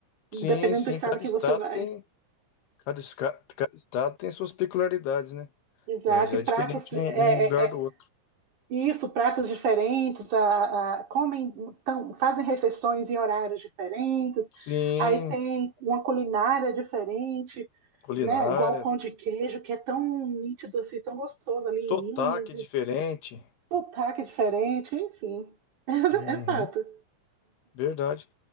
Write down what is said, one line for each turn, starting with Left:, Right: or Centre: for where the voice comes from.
Right: dependendo
Left: sim, sim,
Right: do estado
Left: cada
Right: que
Left: estado
Right: você vai.
Left: tem, cada, esca- cada estado tem suas peculiaridades, né?
Right: Exato,
Left: É, já
Right: e
Left: é
Right: pratos
Left: diferente
Right: é,
Left: um,
Right: é,
Left: um lugar do
Right: é,
Left: outro.
Right: Isso, pratos diferentes, a, a- comem, tão- fazem refeições em horários diferentes,
Left: Sim,
Right: aí tem uma culinária diferente,
Left: culinária,
Right: né? Igual o pão de queijo, que é tão nítido assim, tão gostoso ali
Left: sotaque
Right: em Minas,
Left: é
Right: e
Left: diferente.
Right: sotaque diferente, enfim. <laughs>
Left: Uhum,
Right: É, fato.
Left: verdade.